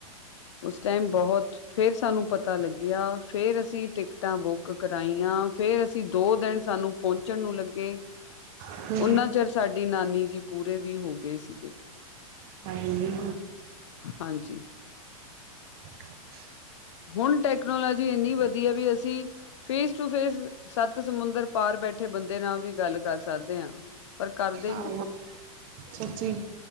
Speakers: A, on the left; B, on the right.
A: ਉਸ ਟਾਈਮ ਬਹੁਤ, ਫੇਰ ਸਾਨੂੰ ਪਤਾ ਲੱ ਗਿਆ, ਫੇਰ ਅਸੀਂ ਟਿਕਟਾਂ ਬੁੱਕ ਕਰਾਈਆਂ, ਫੇਰ ਅਸੀਂ ਦੋ ਦਿਨ ਸਾਨੂੰ ਪਹੁੰਚਣ ਨੂੰ ਲੱਗੇ,
B: ਹੂੰ
A: ਉਹਨਾਂ ਚਿਰ ਸਾਡੀ ਨਾਨੀ ਜੀ, ਪੂਰੇ ਵੀ ਹੋਗੇ ਸੀਗੇ।
B: ਹਾਏ ਨੀ।
A: ਹਾਂਜੀ।
B: ਅੱਛਾ ਜੀ।
A: ਹੁਣ ਟੈਕਨੋਲੋਜੀ ਇੰਨੀ ਵਧੀਆ ਵੀ ਅਸੀਂ, ਫੇਸ ਟੂ ਫੇਸ, ਸਤ ਸਮੁੰਦਰ ਪਾਰ ਬੈਠੇ ਬੰਦੇ ਨਾਲ ਵੀ ਗੱਲ ਕਰ ਸਕਦੇ ਆਂ। ਪਰ ਕਰਦੇ ਨੀ,
B: ਆਹੋ ਸੱਚੀ